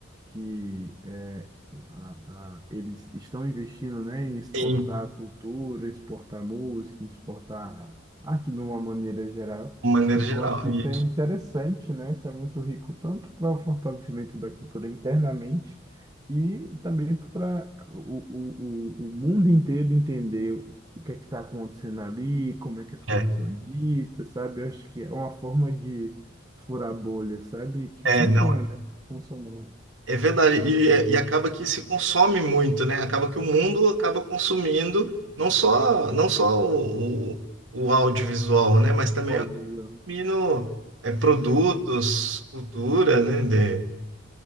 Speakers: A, on the right; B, on the right.
A: que é, a- a- eles estão investindo, né, em exportar
B: sim,
A: a cultura, exportar música, exportar arte de uma maneira geral.
B: de maneira
A: E o
B: geral.
A: quanto que
B: E,
A: isso é interessante, né? Isso é muito rico, tanto para o fortalecimento da cultura internamente e também para o, o, o, o mundo inteiro entender o que é que está acontecendo ali, como é que as coisas
B: é,
A: são ditas, sabe? Eu acho que é uma forma de furar bolha, sabe? Que
B: é,
A: funciona,
B: não,
A: né? Funcionou.
B: é verdade. E, é- e acaba que se consome muito, né? Acaba que o mundo acaba consumindo não só, não só o, o audiovisual, né? Mas também
A: Pode, né?
B: consumindo é, produtos, cultura, né? De,